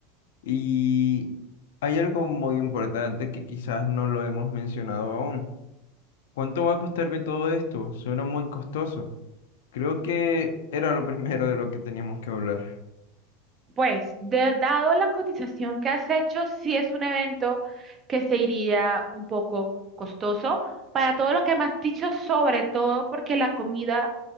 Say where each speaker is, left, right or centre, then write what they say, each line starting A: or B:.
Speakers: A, on the left (about 85°); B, on the right (about 25°).
A: Y hay algo muy importante que quizás no lo hemos mencionado aún. ¿Cuánto va a costarme todo esto? Suena muy costoso. Creo que era lo <laughs> primero de lo que teníamos que hablar.
B: Pues, de- dado la cotización que has hecho, sí es un evento que se iría un poco costoso para todo lo que me has dicho, sobre todo porque la comida